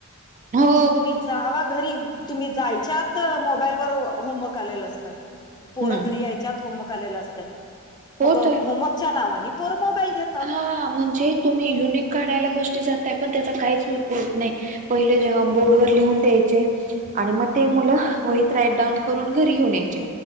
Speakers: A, on the right (about 35°); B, on the left (about 20°).
A: हो.
B: तुम्ही जावा घरी तुम्ही जायच्यात मोबाईलवर होमवर्क आलेलं असत. पोर
A: हं,
B: घरी यायच्यात होमवर्क आलेलं असत
A: हो
B: मग होमवर्कच्या
A: तर.
B: नावाने पोर मोबाईल घेत.
A: हा म्हणजे तुम्ही युनिक काढायला गोष्टी जातय पण त्याचा काहीचत नाही. पहिले जेव्हा बोर्ड वर लिहून द्यायचे. आणि मग ते मुलं वहीत राईट डाऊन करून घरी घेऊन यायचे.